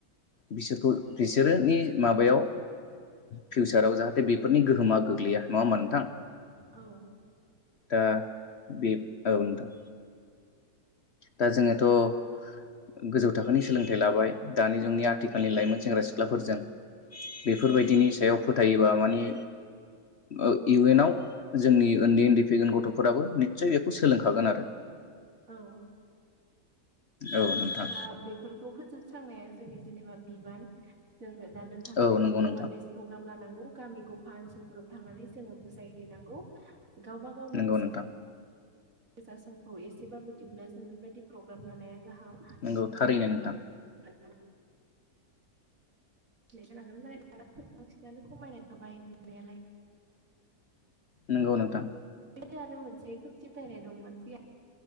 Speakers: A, on the left; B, on the right.
A: बिसोरखौ बिसोरोनि माबायाव फिउचाराव जाहाथे बेफोरनि गोहोमा गोग्लैया नङा होनबा नोंथां
B: औ
A: दा बे औ नोंथां दा जोङोथ' गोजौ थाखोनि सोलोंथाइ लाबाय दानि जोंनि आथिखालनि लाइमोन सेंग्रा सिख्लाफोरजों बे <unintelligible> बेफोरबायदिनि सायाव
B: औ
A: फोथायोबा माने ओ इउनाव जोंनि उन्दै उन्दै फैगोन गथ'फोराबो निस्सय बेखौ सोलोंखागोन आरो।
B: औ।
A: औ नोंथां
B: हा बेफोरखौ फो जोबस्रांनाया जोंनि जेनेबा बिबान जों दा नोंथां
A: औ
B: होननाय
A: नंगौ
B: बायदि
A: नोंथां
B: एवारनेस प्रग्राम लानांगौ गामिखौ हा ओनसोलफोराव थांनानै जोङो बुजाय हैैनांगौ। गावबा गावनि
A: नंगौ
B: बेसेन
A: नोंथां
B: गोसा समखौ एसेबाबो दिहुनना जों बेबायदि प्रग्राम लानाया गाहाम
A: नोंगौ थारैनो नोंथां
B: <unintelligible> बांसिनानो खमायनाय थाबाय नुनायालाय
A: नोंगौ नोंथां
B: बे आरो मोनसे खोमसि फोथायनाय दं मानसिया